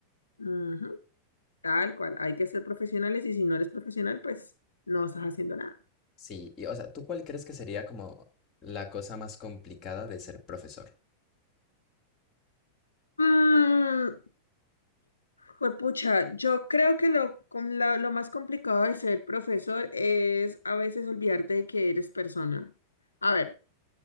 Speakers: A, on the left (about 75°); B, on the left (about 30°).
A: Ujú. Tal cual, hay que ser profesionales y si no eres profesional, pues no estás haciendo nada.
B: Sí, y o sea, ¿tú cuál crees que sería como la cosa más complicada de ser profesor?
A: Mm, juepucha, yo creo que lo, com- la- lo más complicado de ser profesor es a veces olvidarte de que eres persona. A ver,